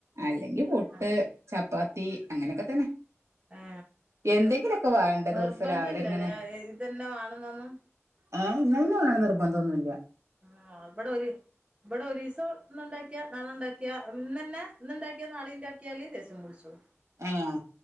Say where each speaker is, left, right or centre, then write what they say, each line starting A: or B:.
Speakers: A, on the right; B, on the right.
A: അലെ ഇൻക്ക് പുട്ട്
B: ആഹ്
A: ചപ്പാ ത്തി അങ്ങനൊക്കെ തന്നെ
B: ആ
A: എന്തെങ്കിലുമൊക്കെ വേണ്ട
B: നിർബന്ധല്ലലെ
A: ദിവസം രാവിലെ ഇങ്ങനെ
B: <unintelligible> തന്നെ വാണന്നൊന്നും
A: ആ ഇന്നഹ് മാണം നിർബന്തൊന്നുല്ല
B: ആ ഇബടൊര് ഇബടൊരീസം ഇന്ന്ണ്ടാക്കിയ നാളെണ്ടാക്കിയ ഇന്ന് എന്നെ ഇന്ന്ണ്ടാക്കിയാ നാളീം ഇണ്ടാക്കിയാല് ദേഷ്യം പുട്ച്ചും
A: ഏഹ്